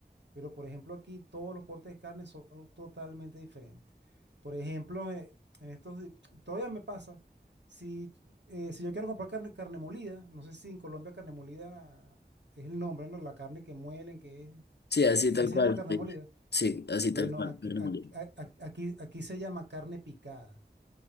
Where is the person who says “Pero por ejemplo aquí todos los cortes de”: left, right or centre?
Right